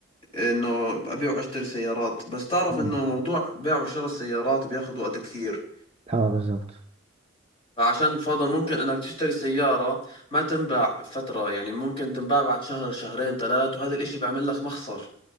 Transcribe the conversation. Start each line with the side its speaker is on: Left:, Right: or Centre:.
Left: انه ابيع واشتري سيارات بس تعرف
Right: مم.
Left: انه موضوع بيع وشراء السيارات بياخذ وقت كثير
Right: اه بالظبط
Left: فعشان فضل ممكن انك تشتري سيارة ما تنباع فترة يعني ممكن تنباع بعد شهر شهرين ثلاث وهذا الاشي بيعمل لك مخسر